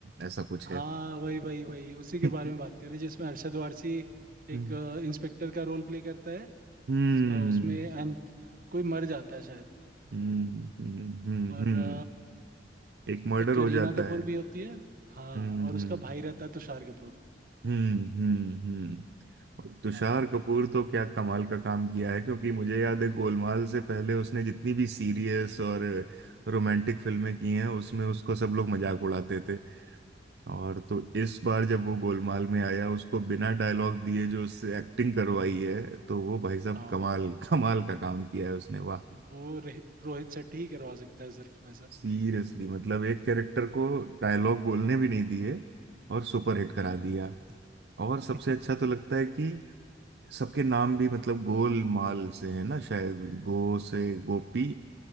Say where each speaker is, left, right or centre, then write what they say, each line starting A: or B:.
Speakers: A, on the right (about 70°); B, on the right (about 50°).
A: ऐसा कुछ है
B: हाँ वही वही वही उसी के
A: <laughs>
B: बारे में बात कर रहे हैं, जिसमें अरशद वारसी एक
A: हम्म
B: इंस्पेक्टर का रोल प्ले करता है
A: हम्म
B: इस- अ, उसमें एंड कोई मर जाता है शायद
A: हम्म हम्म हम्म,
B: और
A: हम्म।
B: अ,
A: एक मर्डर
B: करीना
A: हो जाता
B: कपूर
A: है
B: भी होती है हाँ
A: हम्म
B: और
A: हम्म
B: उसका भाई रहता है तुषार कपूर
A: हम्म हम्म हम्म तुषार
B: हाँ
A: कपूर तो क्या कमाल का काम किया है क्योंकि मुझे याद है गोलमाल से पहले उसने जितनी भी सीरियस और रोमांटिक फिल्में की हैं उसमें उसको सब लोग मजाक उड़ाते थे और तो इस बार जब वो गोलमाल में आया उसको बिना डायलॉग दिए जो उससे एक्टिंग करवाई है तो वो भाई साहब
B: हाँ
A: कमाल कमाल का काम किया है उसने वाह
B: वो रह- रोहित शेट्टी ही करवा सकता है सिर्फ वैसा
A: सीरियसली मतलब एक कैरेक्टर को डायलॉग बोलने भी नहीं दिए और सुपरहिट करा
B: हाँ
A: दिया और
B: <laughs>
A: सबसे अच्छा तो लगता है कि सबके नाम भी मतलब गोलमाल से है ना शायद गो से गोपी